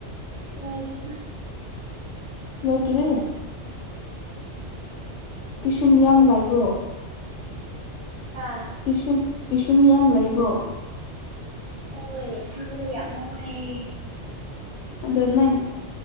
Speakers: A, on the right; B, on the left.
A: ꯊ
B: ꯂꯣꯏꯇꯔꯤ ꯀꯣꯏꯁꯟ
A: ꯉꯍꯥꯛ
B: ꯌꯥꯝ ꯂꯥꯏꯕ꯭ꯔꯣ
A: ꯍꯥꯥ
B: ꯄꯤꯁꯨꯝ ꯄꯤꯁꯨꯝ ꯌꯥꯝ ꯂꯩꯕ꯭ꯔꯣ
A: ꯍꯣꯏ ꯐꯕꯗꯣ ꯌꯥꯝ ꯅꯨꯡꯉꯥꯏꯌꯦ
B: ꯑꯗꯨ ꯅꯪ